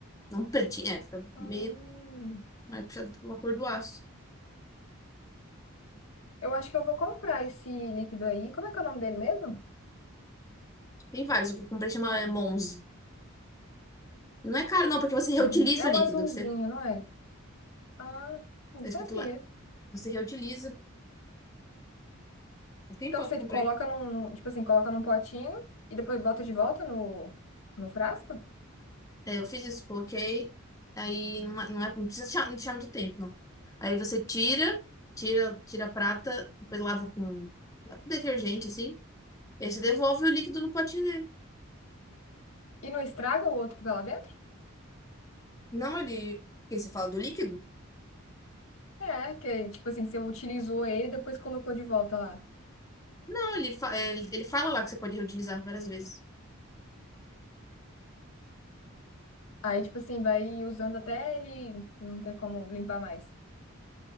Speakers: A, on the left; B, on the left.
A: Não pretinho, é, fica
B: Hum,
A: meio mais puxado pela cor do aço.
B: eu acho que eu vou comprar esse líquido aí. Como é que é o nome dele mesmo?
A: Tem vários, o que eu comprei chama é Monze. E não é caro, não, porque você reutiliza
B: Hum, é
A: o
B: um
A: líquido.
B: azulzinho,
A: Você,
B: não é? Ah, não
A: tá
B: sabia.
A: escrito lá. Você reutiliza. Faz tempão
B: Então você
A: que eu comprei.
B: coloca num, tipo assim, coloca num potinho e depois bota de volta no, no frasco?
A: É, eu fiz isso, coloquei. Aí não é, não é, não precisa deixar, não deixar muito tempo, não. Aí você tira, tira, tira a prata, depois lava com, lava com detergente, assim. E aí você devolve o líquido no potinho dele.
B: E não estraga o outro que tá lá dentro?
A: Não, ele. Porque você fala do líquido?
B: É, que tipo assim, você utilizou ele e depois colocou de volta lá.
A: Não, ele, fa- é, ele, ele fala lá que você pode reutilizar várias vezes.
B: Aí, tipo assim, vai usando até ele não ter como limpar mais.